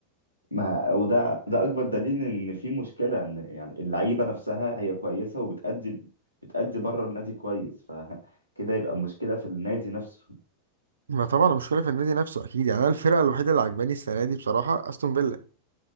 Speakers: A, on the right; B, on the right.
A: ما وده ده اكبر دليل ان في مشكله ان يعني اللعيبه نفسها هي كويسه وبتأدي بتأدي بره النادي كويس فكده يبقى مشكله في النادي نفسه
B: ما طبعا المشكلة في النادي نفسه اكيد يعني انا الفرقة الوحيدة اللي عجباني السنة دي بصراحة استون فيلا